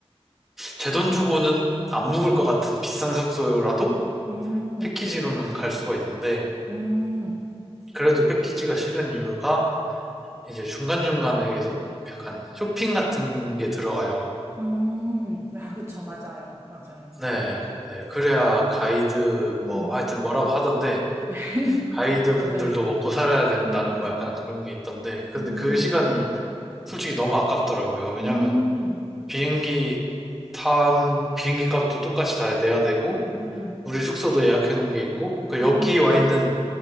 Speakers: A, in the centre; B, on the right.
A: 제 돈 주고는 안 묵을 것 같은 비싼 숙소라도
B: 음,
A: 패키지로는 갈 수가 있는데
B: 음,
A: 그래도 패키지가 싫은 이유가 이제 중간중간에 계속 약간 쇼핑 같은 게 들어가요.
B: 음. 아, 그쵸. 맞아요. 맞아요.
A: 네,
B: 좀,
A: 네.
B: 네.
A: 그래야 가이드
B: 음.
A: 뭐 하여튼 뭐라고 하던데
B: <laughs>
A: 가이드
B: 맞아요.
A: 분들도 먹고 살아야 된다는
B: 음,
A: 뭐 약간 그런 게 있던데 근데
B: 음,
A: 그 시간이 솔직히 너무 아깝더라고요. 왜냐면
B: 음,
A: 비행기 탄 비행기 값도 똑같이 다 내야 되고
B: 음,
A: 우리 숙소도 예약해 놓은 게 있고 그 여기
B: 음,
A: 와 있는